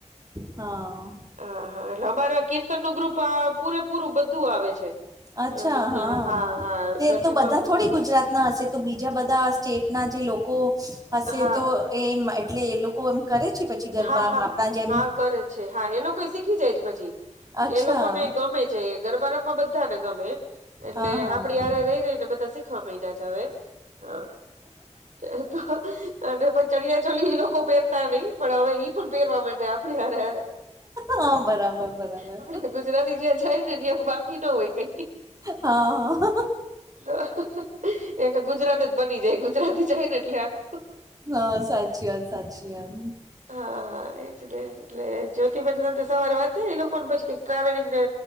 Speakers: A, on the right; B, on the right.
A: હા.
B: હા હા એટલે અમારે કીર્તન નું ગ્રુપ પૂરેપૂરું બધું આવે છે.
A: અચ્છા
B: એમાં ત્યાં
A: હા
B: હા
A: તે
B: ગરબીમાં
A: તો બધા થોડી
B: હોય
A: ગુજરાત. ના હશે તો બીજા બધા સ્ટેટ ના જે લોકો હશે
B: હા
A: તો. એમ એટલે એ લોકો એમ કરે છે પછી ગરબામ
B: હા હા
A: આપણા જેમ.
B: હા કરે છે હા એ લોકો શીખી જાય છે પછી.
A: અચ્છા
B: એ લોકોને ગમે છે એ ગરબા રામાવા બધાને ગમે. એટલે
A: હા હા
B: આપડે હારે રહી રહી ને બધા શીખવા મંડ્યા છે હવે. હા એ તો. અને પણ ચળિયા ચોલી એ લોકો પહેરતા નહિ પણ હવે ઈ પણ પહેરવા મંડ્યા. આપણે હારે હારે
A: હા બરાબર બરાબર
B: આપડે ગુજરાતી જ્યાં જાય ને ત્યાં બાકી ન હોય.
A: હા હા
B: તો એક ગુજરાત. બની જાય ગુજરાતી જાય ને એટલે આખો.
A: હા સાચી વાત સાચી વાત.
B: હા એજ ને એટલે જ્યોતિબહેન સાથે સવારે વાત એ લોકોને પછી કઈ ટ્રાવેલિંગ ને.